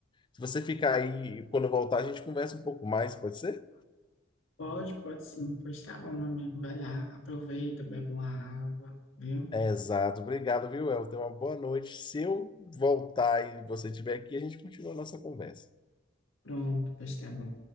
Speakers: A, on the left (about 25°); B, on the left (about 75°).
A: se você ficar aí, quando eu voltar, a gente conversa um pouco mais, pode ser?
B: Pode, pode sim. Pois tá bom, meu amigo. Vai lá, aproveita, bebe uma água, viu?
A: Exato, obrigado, viu, El? Tenha uma boa noite. Se eu voltar e você estiver aqui, a gente continua a nossa conversa.
B: Pronto, pois tá bom.